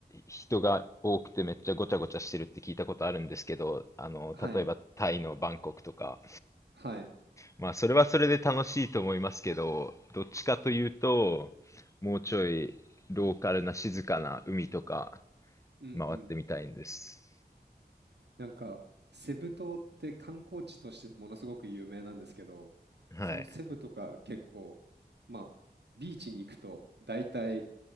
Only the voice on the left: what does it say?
人が多くてめっちゃごちゃごちゃしてるって聞いたことあるんですけど、あの、
例えばタイのバンコクとか、
まあ、それはそれで楽しいと思いますけど、どっちかというと、もうちょいローカルな静かな海とか
回ってみたいんです。
はい。